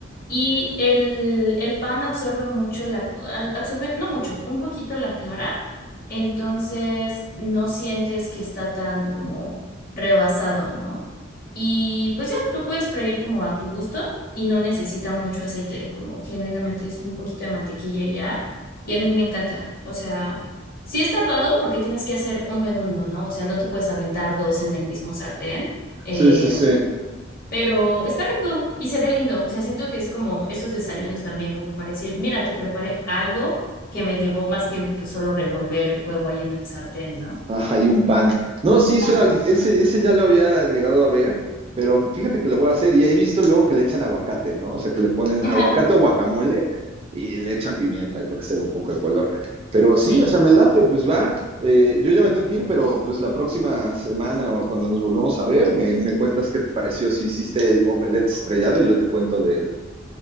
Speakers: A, on the left (about 50°); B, on the right (about 30°).
A: Y el, el pan absorbe mucho la, a- absorbe, no mucho, un poquito la clara. Entonces no sientes que está tan como rebasado, ¿no? Y pues ya, lo puedes freír como a tu gusto y no necesita mucho aceite, como genuinamente es un poquito de mantequilla y ya, y a mí me encanta, o sea, sí es tardado porque tienes que hacer uno en uno, ¿no? O sea, no te puedes aventar dos en el mismo sartén, eh,
B: sí, sí, sí.
A: pero está rico y se ve lindo, o sea, siento que es como esos desayunos también, como para decir, mira, te preparé algo que me llevó más tiempo que solo revolver el huevo ahí en el sartén, ¿no?
B: Ajá, y un pan. No, sí,
A: Ajá,
B: suena, ese, ese ya lo había llegado a ver, pero fíjate que lo voy a hacer y he visto luego que le echan aguacate, ¿no? O sea, que le ponen
A: <laughs> ajá,
B: aguacate o guacamole y le echan pimienta ahí para que se vea un poco el color. Pero sí,
A: sí,
B: o sea, me late, pues va. Eh, yo ya me tengo que ir, pero pues la próxima semana o cuando nos volvamos a ver, me, me cuentas qué te pareció si hiciste el omelette estrellado y yo te cuento del,